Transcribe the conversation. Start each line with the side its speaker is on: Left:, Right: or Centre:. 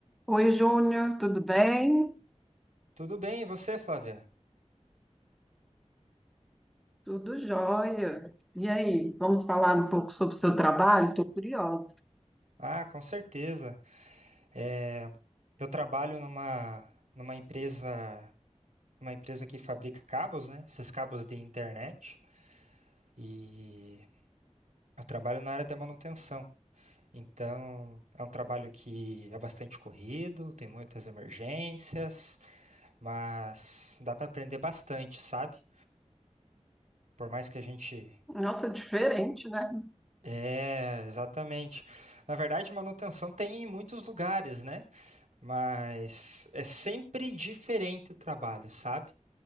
Centre: Oi, Júnior, tudo bem?
Right: Tudo bem, e você, Flávia?
Centre: Tudo jóia. E aí, vamos falar um pouco sobre o seu trabalho? Estou curiosa.
Right: Ah, com certeza. É, eu trabalho numa, numa empresa, uma empresa que fabrica cabos, né? Esses cabos de internet. E eu trabalho na área da manutenção. Então, é um trabalho que é bastante corrido, tem muitas emergências, mas dá para aprender bastante, sabe? Por mais que a gente.
Centre: Nossa, é diferente, né?
Right: É, exatamente. Na verdade, manutenção tem em muitos lugares, né? Mas é sempre diferente o trabalho, sabe?